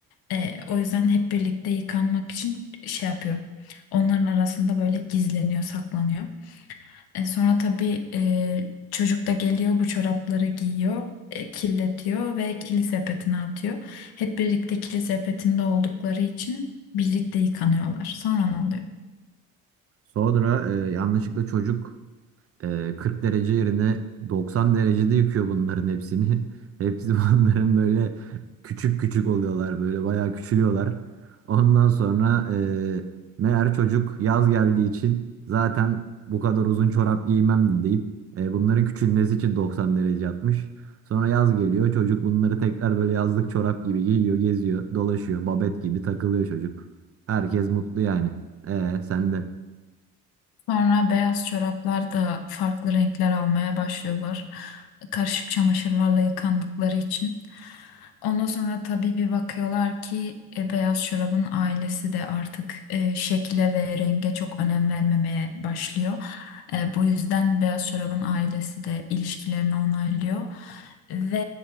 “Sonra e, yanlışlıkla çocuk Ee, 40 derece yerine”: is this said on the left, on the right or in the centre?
Right